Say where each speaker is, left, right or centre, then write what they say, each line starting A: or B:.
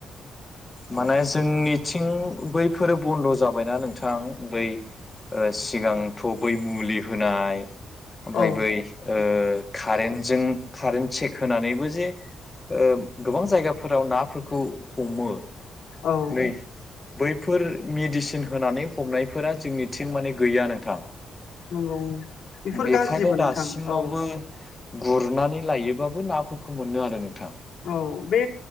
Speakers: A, on the left; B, on the left.
A: माने जोंनिथिं बैफोरो बन्द' जाबायना नोंथां बै ओ सिगांथ' बै मुलि होनाय ओमफाय
B: औ
A: बै ओ कारेन्टजों कारेन्ट चेक होनानैबो जे ओ गोबां जायगाफोराव नाफोरखौ हमो
B: औ
A: नै बैफोर मेडिसिन होनानै हमनायफोरा जोंनिथिं माने गैया नोंथां
B: नंगौ बेफोर
A: बेखायनो
B: गाज्रिबो नोंथां
A: दासिमावबो
B: औ
A: गुरनानै लायोबाबो नाफोरखौ मोनो आरो नोंथां
B: औ बे